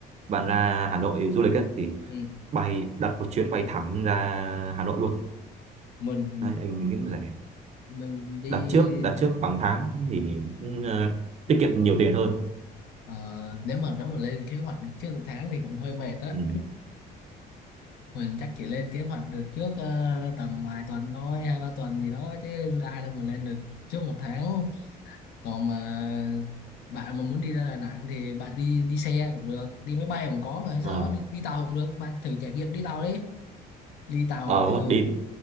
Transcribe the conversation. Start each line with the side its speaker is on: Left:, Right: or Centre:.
Right: bạn ra Hà Nội du lịch ấy, thì
Left: ừ.
Right: bay đặt một chuyến bay thẳng ra Hà Nội luôn
Left: mình
Right: Đấy, anh nghĩ cũng rẻ
Left: mình đi
Right: đặt trước đặt trước khoảng tháng thì cũng, ờ, tiết kiệm nhiều tiền hơn
Left: Ờ, nếu mà nếu mà lên kế hoạch được trước một tháng thì cũng hơi mệt á
Right: ừ.
Left: mình chắc chỉ lên kế hoạch được trước ờ, tầm vài tuần thôi hai ba tuần gì đó chứ ai đâu mà lên được trước một tháng còn mà bạn mà muốn đi ra Đà Nẵng thì bạn đi đi xe cũng được đi máy bay cũng có mà hay
Right: ờ
Left: sao á đi, đi tàu cũng được bạn thử trải nghiệm đi tàu đi đi tàu
Right: ờ,
Left: từ
Right: đúng rồi, đi